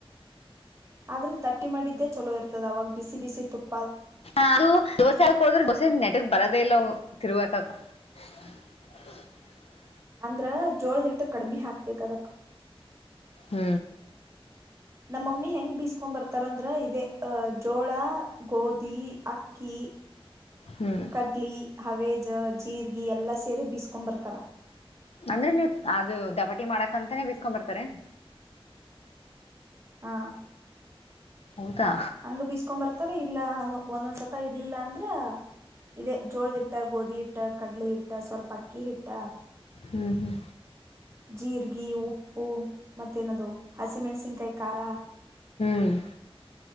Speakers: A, on the right (about 30°); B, on the left (about 80°).
A: ಆದ್ರೂ ತಟ್ಟಿ ಮಾಡಿದ್ದೆ ಚಲೋ ಇರ್ತದ ಅವಾಗ್ ಬಿಸಿ ಬಿಸಿ ತುಪ್
B: ಅದು ದೋಸೆ ಹಾಕ್ ಹೋದ್ರೆ ದೋಸೆ ನೆಟಗ್ ಬರೋದೇ ಇಲ್ಲ ತಿರ್ವಕಕ್. <unintelligible>
A: ಅಂದ್ರ ಜೋಳ್ದಿಟ್ಟ ಕಡಿಮೆ ಹಾಕ್ಬೇಕ್ ಅದಕ.
B: ಹ್ಮ್
A: ನಮ್ಮಮ್ಮಿ ಹೆಂಗ್ ಬೀಸ್ಕೊಂಡ್ ಬರ್ತಾರಂದ್ರ ಇದೇ ಅ ಜೋಳ ಗೋಧಿ ಅಕ್ ಕ್ಕಿ
B: ಹ್ಮ್
A: ಕಡ್ಲಿ ಹವೇಜ ಜೀರ್ಗಿ ಎಲ್ಲ ಸೇರಿ ಬೀಸಕೊಂಬರ್ತಾರ.
B: ಅಂದ್ರೆ ನೀವು ಅದು ದಪಟಿ ಮಾಡಕಂತಾನೇ ಬಿಸಕೋಂಡ ಬರ್ತಾರೆನ್.
A: ಹಾ
B: ಹೌದಾ
A: ಹಂಗ ಬೀಸ್ಕೋಂ ಬರ್ತಾರ ಇಲ್ಲ ಅನು ಒಂದೊಂದ್ ಸತ್ತ ಇರ್ಲಿಲ್ಲ ಅಂದ್ರ. ಇದೇ ಜೋಳದಿಟ್ಟ ಗೋಧಿ ಹಿಟ್ಟ ಕಡ್ಲೆ ಹಿಟ್ಟ ಸ್ವಲ್ಪ ಅಕ್ಕಿ ಹಿಟ್ಟ.
B: ಹ್ಮ್ ಹ್ಮ್
A: ಜೀರ್ಗಿ ಉಪ್ಪು ಮತ್ತೇನದು ಹಸಿಮೆಣಸಿನ್ಕಾಯಿ ಖಾರ.
B: ಹ್ಮ್.